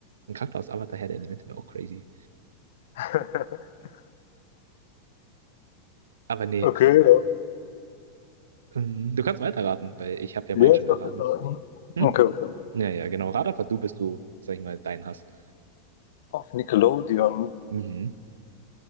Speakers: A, on the right; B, on the left.
A: ein Charakter aus Avatar Herr der Elemente wäre auch crazy.
B: <laughs>
A: Aber nee.
B: Okay, ja.
A: Ähm, Du kannst weiterraten, weil ich habe ja
B: Ja,
A: meinen schon
B: ich
A: erraten.
B: darf jetzt raten. Okay,
A: Hm?
B: okay.
A: Ja, ja, genau. Rat einfach du, bis du, sag ich mal, deinen hast.
B: Auf Nickelodeon.
A: Mhm.